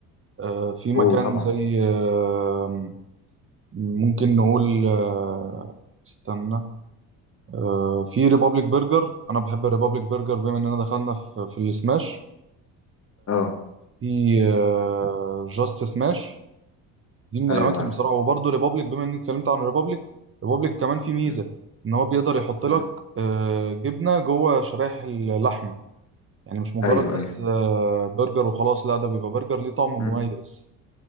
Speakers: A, on the right; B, on the left.
A: آه، في مكان
B: اوه طبعا
A: زي آه، ممكن نقول آه، استنى آه، في ريبابليك برجر انا بحب الريبابليك برجر بما اننا دخلنا في في السماش
B: اه
A: في آه، جاست سماش دي من
B: ايوه
A: الاماكن
B: عارف
A: بصراحه وبرضه ريبابليك بما اني اتكلمت عن ريبابليك ريبابليك كمان في ميزه
B: مم.
A: ان هو بيقدر يحط
B: مم.
A: لك آه، جبنه جوه شرايح اللحمه يعني مش مجرد
B: ايوه
A: بس
B: ايوه
A: آه، برجر وخلاص لا ده بيبقى برجر ليه طعم مميز
B: مم.